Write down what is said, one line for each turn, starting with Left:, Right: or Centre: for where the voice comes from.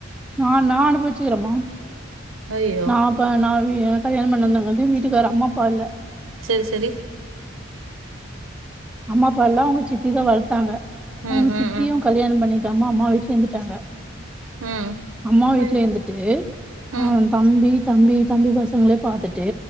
Centre: நா நா அனுபவிச்சகிறமா
Right: ஐயோ
Centre: நா அப்ப நா வீ நா கல்யாண பண்ணதாங்காட்டியும் வீட்டுக்காரு அம்மாப்பால்ல
Right: செரி செரி
Centre: அம்மாப்பால்ல அவுங்க சித்திதான் வளத்தாங்க
Right: ம்
Centre: அவுங்க
Right: ம்
Centre: சித்தியும்
Right: ம்
Centre: கல்யாணம் பண்ணிக்காம அம்மா வீட்லேந்துட்டாங்க
Right: ம்
Centre: அம்மா
Right: சரி
Centre: வீட்லேந்துட்டு
Right: ம்
Centre: அ தம்பி தம்பி தம்பி பசங்களே பாத்துட்டு